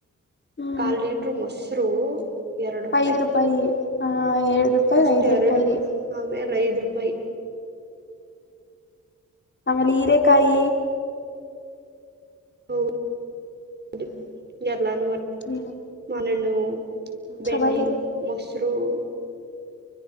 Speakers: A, on the left; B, on the right.
A: ಹ್ಮ್
B: ಕಲ್ ಲೀಟರ್ ಮೊಸರು ಎರಡು ರೂಪಾಯಿ
A: ಐದ್ ರೂಪಾಯಿಗೆ ಹ ಏರಡು ರೂಪಾಯಿ
B: ಫಸ್ಟ್
A: ಐದ್
B: ಎರಡು
A: ರೂಪಾಯಿಗೆ
B: ಆಮೇಲೆ ಐದು ರೂಪಾಯಿ
A: ಆಮೇಲೆ ಈರೆಕಾಯಿ
B: ಹೌ ಹೌದು ಎಲ್ಲಾನು
A: ಹ್ಮ್
B: ಮಾನೆಣ್ಣು ಬೆಣ್ಣೆ
A: ಚೆನ್ನಾಗಿರುತ್ತೆ
B: ಮೊಸರು ತೃ